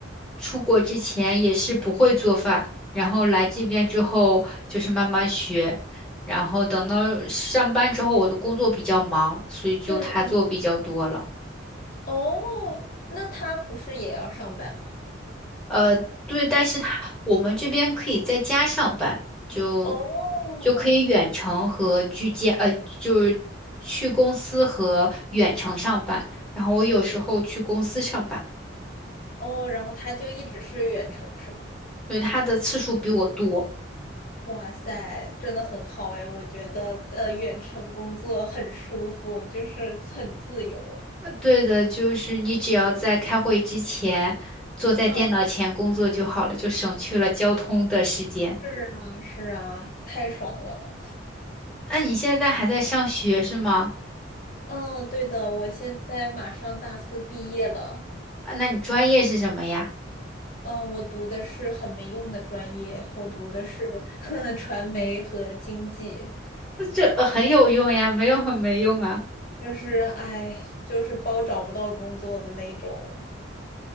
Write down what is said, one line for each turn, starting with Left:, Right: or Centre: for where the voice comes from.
Centre: 出国之前也是不会做饭，然后来这边之后就是慢慢学，然后等到上班之后我的工作比较忙，所以就她做比较多了。
Left: 嗯，哦，那他不是也要上班吗？
Centre: 呃，对，但是他我们这边可以在家上班，就
Left: 哦，
Centre: 就可以远程和居家，呃，就是去公司和远程上班。然后我有时候去公司上班，
Left: 哦，然后他就一直是远程是吗？
Centre: 对，他的次数比我多。
Left: 哇塞，真的很好哎，我觉得呃，远程工作很舒服，就是很自由。
Centre: 呃对的，就是你只要在开会之前坐在电脑前工作就好了，
Left: 嗯，
Centre: 就省去了交通的时间。
Left: 是啊，是啊，太爽了。
Centre: 那你现在还在上学是吗？
Left: 嗯，对的，我现在马上大四毕业了。
Centre: 啊那你专业是什么呀？
Left: 嗯，我读的是很没用的专业，我读的是 <laughs> 传媒和经济。
Centre: <laughs> 那这呃很有用呀，没有很没用啊。
Left: 就是哎，就是包找不到工作的那种。